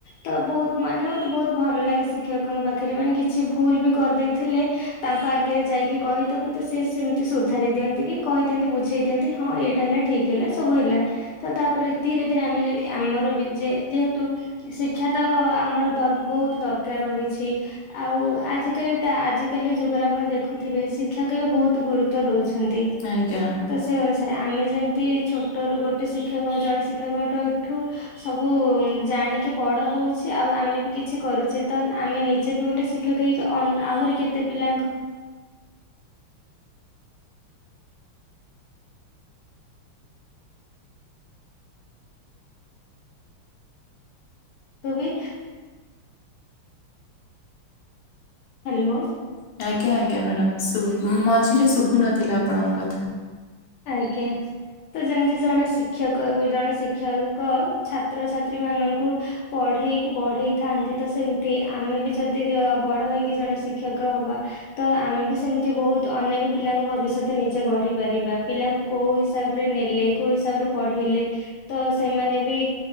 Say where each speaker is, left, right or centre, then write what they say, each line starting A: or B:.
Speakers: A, on the left (about 75°); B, on the left (about 60°).
A: ତ ବୋହୁତ ମାନେ ମତେ ବୋହୁତ ଭଲ ଲାଗେ ଶିକ୍ଷକଙ୍କ ପାଖରେ ମାନେ କିଛି ଭୁଲ ବି କରିଦେଇ ଥିଲେ ତାଙ୍କ ଆଗରେ ଯାଇକି କହିଦବୁ ତ ସେମିତି ସୁଧାରି ଦିଅନ୍ତି କି କହିଦିଅନ୍ତି ବୁଝେଇ ଦିଅନ୍ତି ହଁ ଏଇଟା ହେଲା ଠିକ ହେଲା ସବୁ ହେଲା ତ ତାପରେ ଧୀରେ ଧୀରେ ଆମେ ଆମର ବି ଯେହେତୁ ଶିକ୍ଷା ତ ଆମର ଦର ବହୁତ ଦରକାର ରହିଛି ଆଉ ଆଜିକାଲି ଟା ଆଜିକାଲି ଯୁଗରେ ଆପଣ ଦେଖୁଥିବେ ଶିକ୍ଷା କୁ ଏବେ ବହୁତ ଗୁରୁତ୍ୱ ଦଉଛୁ ଛନ୍ତି।
B: ଆଜ୍ଞା
A: ତ ସେ ଅନ ଥରେ ଆମେ ଯେମିତି ଛୋଟରୁ ଗୋଟେ ଶିକ୍ଷକ ଜଣେ ଶିକ୍ଷକଙ୍କଠୁ ସବୁ ଜା ଆଣିକି ବଡ଼ ହଉଛେ ଆଉ ଆମେ ବି କିଛି କରୁଛେ ତ ଆମେ ନିଜେ ବି ଗୋଟେ ଶିକ୍ଷକ ହେଇକି ଅ ଆହୁରି କେତେ ପିଲାଙ୍କୁ ଙ୍କୁ ବି ହ୍ୟାଲୋ।
B: ଆଜ୍ଞା ଆଜ୍ଞା ମ୍ୟାଡାମ୍ ଶୁ ମଝିରେ ଶୁଭୁ ନଥିଲା ଆପଣଙ୍କ କଥା।
A: ଆଜ୍ଞା। ତ ଯେମିତି ଜଣେ ଶିକ୍ଷକ ଜଣେ ଶିକ୍ଷକ ଛାତ୍ରଛାତ୍ରୀ ମାନଙ୍କୁ ପ ଢେଇକି ବଢେଇଥାନ୍ତି ତ ସେମିତି ଆମେ ବି ଯଦି ବଡ ହେଇକି ଜଣେ ଶିକ୍ଷକ ହବା। ତ ଆମେ ବି ସେମିତି ବହୁତ ଅନେକ ପିଲାଙ୍କ ଭବିଷ୍ୟତ ନିଜେ ଗଢି ପାରିବା। ପିଲାଙ୍କୁ କୋଉଁ ହିସାବରେ ନେଲେ କୋଉଁ ହିସାବରେ ପଢେଇଲେ ତ ସେମାନେ ବି